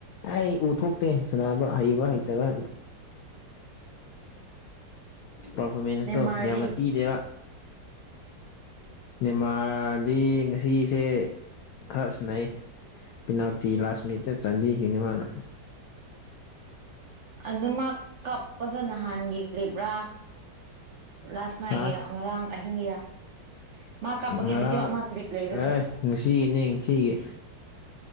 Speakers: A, on the left; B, on the right.
A: ꯑꯩ ꯎꯊꯣꯛꯇꯦ ꯁꯅꯕ ꯍꯩꯕ ꯍꯩꯇꯕ
B: ꯎꯝ
A: ꯄꯔꯐꯣꯔꯃꯦꯟꯁꯇꯣ
B: ꯅꯦꯃꯥꯔꯗꯤ
A: ꯌꯥꯝꯅ ꯄꯤꯗꯦꯕ ꯃꯦꯟꯃꯥꯔꯗꯤ ꯉꯁꯤꯁꯦ ꯈꯔ ꯁꯤꯟꯅꯩ ꯄꯤꯅꯥꯎꯇꯤ ꯂꯥꯁ ꯃꯤꯅꯤꯠꯇ ꯆꯥꯟꯕꯤꯈꯤꯅꯤ ꯃꯥꯅ
B: ꯑꯗꯨꯃꯛ ꯀꯥꯞꯄꯗ ꯅꯍꯥꯟꯒꯤ ꯀ꯭ꯂꯤꯞꯔꯥ ꯂꯥꯁ ꯅꯥꯏꯒꯤꯔ
A: ꯍꯥ
B: ꯉꯔꯥꯡ ꯑꯍꯤꯡꯒꯤꯔ ꯃꯥ ꯀꯥꯞꯄꯒꯤ
A: ꯉꯔꯥꯡ
B: ꯚꯤꯗꯤꯑꯣ ꯑꯃ ꯀ꯭ꯂꯤꯞ ꯂꯩꯕꯗꯣ
A: ꯑꯦ ꯉꯁꯤꯒꯤꯅꯦ ꯉꯁꯤꯒꯤ